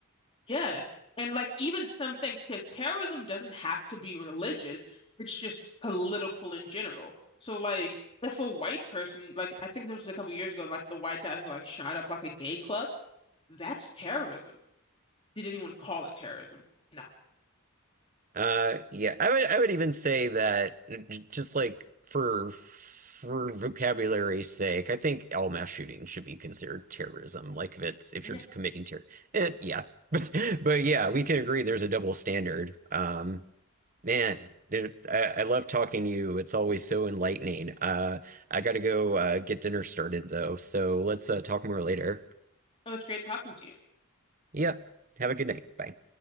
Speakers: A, on the left (about 25°); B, on the right (about 35°).
A: Yeah. And like even some things, because terrorism doesn't have to be religious, it's just political in general. So like if a white person, like I think this was a couple years ago, like the white guy who like shot up like a gay club, that's terrorism. Did anyone call it terrorism? No.
B: Uh, yeah, I would I would even say that j- just like for for vocabulary's sake, I think all mass shooting should be considered terrorism. Like if it's if
A: Yeah.
B: you're just committing terror, eh, yeah. <laughs> But yeah, we can agree there's a double standard. Um, man, dude, I, I love talking to you. It's always so enlightening. Uh, I gotta go uh, get dinner started though, so let's uh, talk more later.
A: It was great talking to you.
B: Yep. Have a good night. Bye.